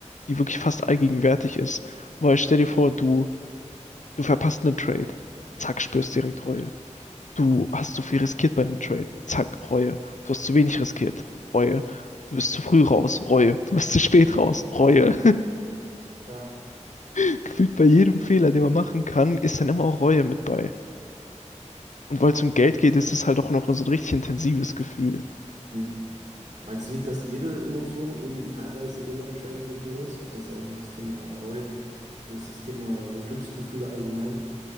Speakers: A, on the left; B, on the right.
A: die wirklich fast allgegenwärtig ist. Weil stell dir vor, du Du verpasst einen Trade. Zack, spürst direkt Reue. Du hast zu viel riskiert bei einem Trade. Zack, Reue. Du hast zu wenig riskiert. Reue. Du bist zu früh raus. Reue. Du bist zu spät raus. Reue.
B: klar.
A: <laughs> Gefühlt bei jedem Fehler, den man machen kann, ist dann immer auch Reue mit bei. Und weil es um Geld geht, ist es halt auch noch so ein richtig intensives Gefühl.
B: Hm. Meinst du nicht, dass jede Emotion irgendwie teilweise immer im Trading mit drin ist? Ob das, sag ich mal, das Thema Reue, ob das das Thema Glücksgefühle allgemein?